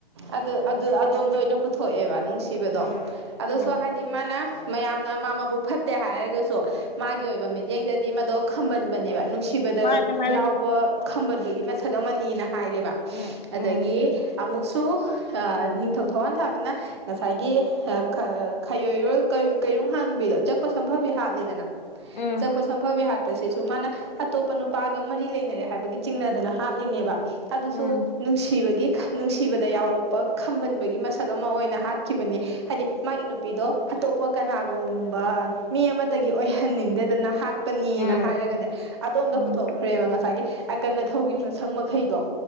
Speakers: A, on the right (about 30°); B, on the left (about 50°).
A: ꯑꯗꯨ ꯑꯗꯨ ꯑꯗꯣꯝꯗ ꯑꯣꯏꯅ ꯄꯨꯊꯣꯛꯑꯦꯕ ꯅꯨꯡꯁꯤꯕꯗꯣ
B: ꯎꯝ
A: ꯑꯗꯨꯁꯨ
B: ꯎꯝ
A: ꯍꯥꯏꯗꯤ ꯃꯥꯅ ꯃꯌꯥꯝꯅ ꯃꯥ ꯃꯕꯨꯛ ꯐꯠꯇꯦ ꯍꯥꯏꯔꯒꯁꯨ ꯃꯥꯒꯤ ꯑꯣꯏꯕ ꯃꯤꯠꯌꯦꯡꯗꯗꯤ ꯃꯗꯣ ꯈꯝꯕꯟꯕꯅꯦꯕ ꯅꯨꯡꯁꯤꯕꯗ
B: ꯃꯥꯅꯦ ꯃꯥꯅꯦ
A: ꯌꯥꯎꯕ ꯈꯝꯕꯟ <unintelligible> ꯁꯛꯑꯝꯃꯅꯤꯅ ꯍꯥꯏꯔꯦꯕ
B: ꯎꯝ
A: ꯑꯗꯒꯤ
B: ꯎꯝ
A: ꯑꯃꯨꯛꯁꯨ ꯅꯤꯡꯊꯧ ꯊꯋꯥꯟ ꯊꯥꯕꯅ ꯉꯁꯥꯏꯒꯤ ꯈꯥ ꯈꯥ ꯈꯥꯌꯣꯏꯔꯣꯜ ꯀꯩꯔꯨꯝ ꯍꯥꯡꯕꯤꯗꯣ ꯆꯠꯄ ꯁꯝꯐꯕꯤ ꯍꯥꯠꯂꯦꯗꯅ
B: ꯎꯝ
A: ꯆꯠꯄ ꯁꯝꯐꯕꯤ ꯍꯥꯠꯄꯁꯤꯁꯨ ꯨ ꯃꯥꯅ ꯑꯇꯣꯞꯄ ꯅꯨꯄꯥꯒ ꯃꯔꯤ ꯂꯩꯅꯔꯦ ꯍꯥꯏꯕꯒꯤ ꯆꯤꯡꯅꯗꯅ ꯍꯥꯠꯂꯤꯅꯦꯕ ꯑꯗꯨꯁꯨ
B: ꯎꯝ
A: ꯅꯨꯡꯁꯤꯕꯒꯤ ꯅꯨꯡꯁꯤꯕꯠ ꯗ ꯌꯥꯎꯔꯛꯄ ꯈꯝꯕꯟꯕꯒꯤ ꯃꯁꯛ ꯑꯃ ꯑꯣꯏꯅ ꯍꯥꯠꯈꯤꯕꯅꯦ ꯍꯥꯏꯗꯤ ꯃꯥꯒꯤ ꯅꯨꯄꯤꯗꯣ ꯑꯇꯣꯞꯄ ꯀꯅꯥꯒꯨꯝꯕ ꯃꯤ ꯑꯃꯠꯇꯒꯤ ꯑꯣꯏꯍꯟꯅꯤꯡꯗꯦꯗꯅ ꯍꯥꯠꯄꯅꯤꯅ
B: ꯎꯝ
A: ꯍꯥꯏꯔꯒꯅꯦ ꯑꯗꯣꯝꯗ
B: ꯎꯝ
A: ꯄꯨꯊꯣꯛꯈ꯭ꯔꯦꯕ ꯉꯁꯥꯏꯒꯤ ꯑꯀꯟ ꯑ ꯊꯧꯒꯤ ꯃꯁꯛ ꯃ ꯃꯈꯩꯗꯣ